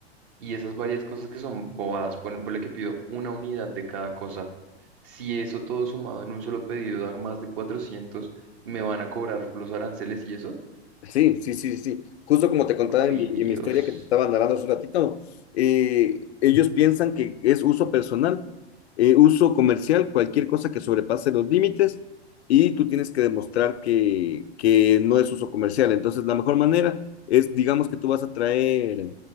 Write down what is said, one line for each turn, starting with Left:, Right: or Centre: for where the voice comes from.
Right: y esas varias cosas que son bobadas, por, por lo que pido una unidad de cada cosa, si eso todo sumado en un solo pedido da más de 400, ¿me van a cobrar los aranceles y eso?
Left: Sí, sí, sí, sí. Justo como te contaba
Right: Ay,
Left: en mi,
Right: Dios.
Left: en mi historia que te estaba narrando hace un ratito, eh, ellos piensan que es uso personal, eh, uso comercial, cualquier cosa que sobrepase los límites y tú tienes que demostrar que, que no es uso comercial. Entonces, la mejor manera es, digamos que tú vas a traer